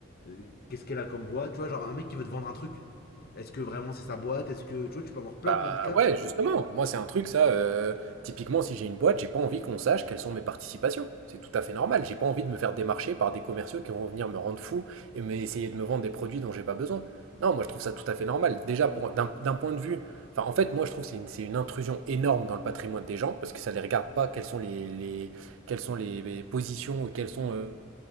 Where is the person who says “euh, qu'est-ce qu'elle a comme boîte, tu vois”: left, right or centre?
Left